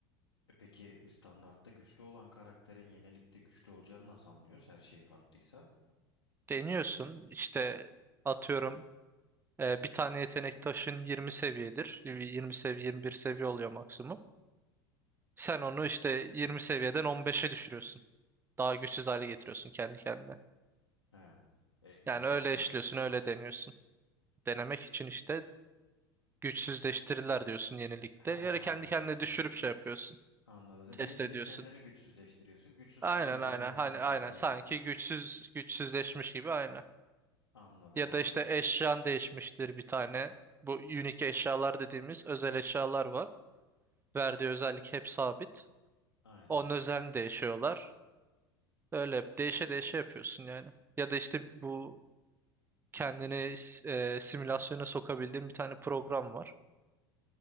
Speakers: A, on the left; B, on the right.
A: E peki standartta güçlü olan karakterin yenilikte güçlü olacağını nasıl anlıyoruz? Her şey farklıysa.
B: Deniyorsun işte atıyorum e, bir tane yetenek taşın 20 seviyedir. 20 seviye 21 seviye oluyor maksimum. Sen onu işte 20 seviyeden 15'e düşürüyorsun. Daha güçsüz hale getiriyorsun kendi kendine.
A: He. E niye
B: Yani
A: yapıyorsun
B: öyle işliyorsun
A: ki onu?
B: öyle deniyorsun. Denemek için işte güçsüzleştirirler diyorsun yenilikte.
A: He
B: Yani kendi
A: anladım.
B: kendine düşürüp şey yapıyorsun.
A: Anladım. Sen
B: Test
A: Bile
B: ediyorsun.
A: bile kendini güçsüzleştiriyorsun. Güçsüz
B: Aynen
A: haliyle
B: aynen
A: de nasıl
B: hani
A: gidiyor
B: aynen
A: diye
B: sanki
A: bakmak için.
B: güçsüz güçsüzleşmiş gibi aynen.
A: Anladım
B: Ya
A: anladım.
B: da işte eşyan değişmiştir bir tane. Bu unique eşyalar dediğimiz özel eşyalar var. Verdiği özellik hep sabit.
A: Aynen.
B: Onun özelliğini değişiyorlar. Öyle hep değişe değişe yapıyorsun yani. Ya da işte bu kendini e, simülasyona sokabildiğin bir tane program var.